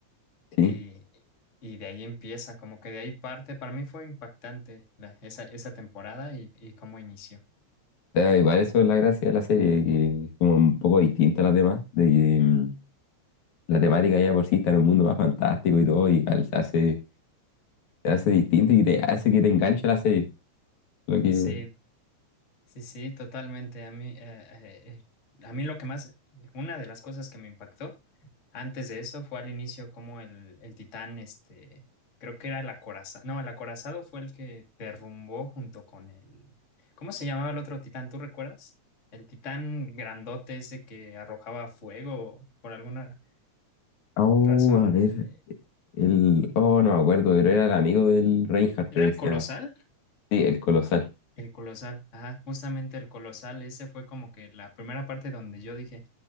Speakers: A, on the left; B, on the left.
A: que-
B: Y,
A: sí.
B: y de ahí empieza, como que de ahí parte. Para mí fue impactante la- esa, esa temporada y, y cómo inició.
A: O sea, igual eso es la gracia de la serie, que es como un poco distinta a las demás, de que... mm, la temática ya de por sí está en un mundo más fantástico y todo, y igual se hace, se hace distinto y te hace que te enganche la serie. Lo que...
B: Sí, sí, sí, totalmente. A mí, eh, eh, eh, a mí lo que más, una de las cosas que me impactó Antes de eso fue al inicio como el, el Titán, este, creo que era el acorazado, no, el acorazado fue el que derrumbó junto con el, ¿cómo se llamaba el otro Titán? ¿Tú recuerdas? El Titán grandote ese que arrojaba fuego por alguna
A: Oh,
B: razón,
A: a ver,
B: el, eh,
A: el... Oh, no me acuerdo, pero era el amigo del Reinhardt,
B: ¿era
A: creo
B: el
A: que se
B: Colosal?
A: llama. Sí, el Colosal.
B: El Colosal, ajá, justamente el Colosal, ese fue como que la primera parte donde yo dije,